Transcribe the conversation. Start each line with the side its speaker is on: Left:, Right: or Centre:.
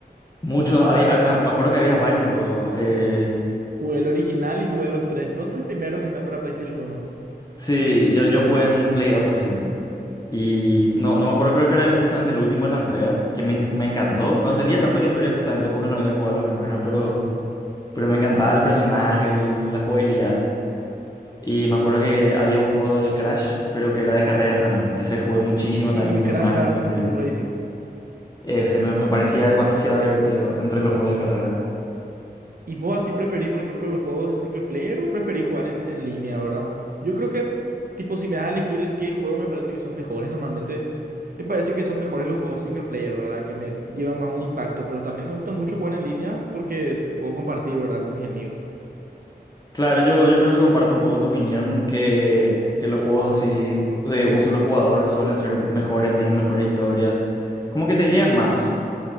Left: Muchos, había, ah, me, me acuerdo que había varios luego. eh,
Right: Jugué el original y jugué los tres, los tres primeros que están para PlayStation uno.
Left: sí, yo, yo jugué en Play dos recién. Y no, no me acuerdo, creo que era el- justamente el último de la entrega, que me, enc- me encantó. No entendía tanto la historia justamente porque no había jugado los primeros, pero, pero me encantaba el personaje, el- la jugabilidad. Y me acuerdo que había un juego de Crash, pero que era de carreras también. Ese jugué muchísimo
Right: Sí,
Left: también con mi
Right: Crash
Left: hermano,
Right: Kart
Left: con mis primos.
Right: Team Racing.
Left: Ese me, me parecía demasiado divertido entre los juegos de carrera.
Right: ¿Y vos así preferís, por ejemplo, los juegos en single player o preferís jugar en, en línea, verdad? Yo creo que, tipo, si me das a elegir qué juego me parece que son mejores, normalmente me parece que son mejores los juegos single player, ¿verdad? Que me llevan más un impacto, pero también me gusta mucho jugar en línea porque puedo compartir, ¿verdad? Con mis amigos.
Left: Claro, yo, yo creo que comparto un poco tu opinión, que, que los juegos así de un solo jugador suelen ser mejores, tienen mejores historias, como que te llegan más.